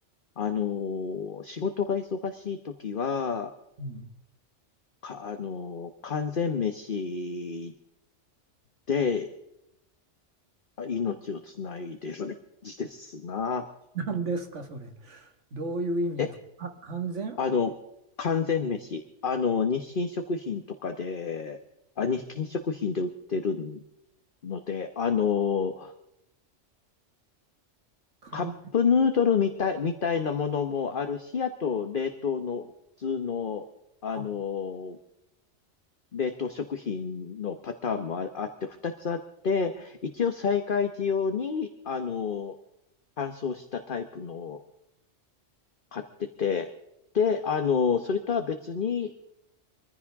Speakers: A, on the left; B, on the right.
A: あのー仕事が忙しい時は、
B: <laughs> うん。
A: か、あのー完全飯であ命をつないでる感じですな。
B: 何ですか、それ。どういう意味ですか。
A: え
B: あ、完全
A: あの、完全飯。
B: 完
A: あの、日清食品とかで、あ、日清食品で売ってるので、あの、
B: 完全。
A: カップヌードルみたい、みたいなものもあるし、あと、冷凍の普通の、あの、
B: あ
A: 冷凍食品のパターンもあ、あって、二つあって、一応災害時用に、あの、乾燥したタイプのを買ってて、で、あの、それとは別に、